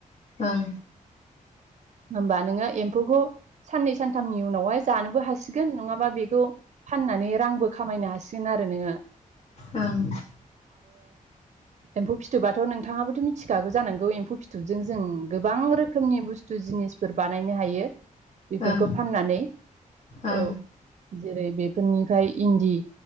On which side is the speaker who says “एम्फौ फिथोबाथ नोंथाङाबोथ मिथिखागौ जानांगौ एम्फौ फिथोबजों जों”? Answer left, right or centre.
Right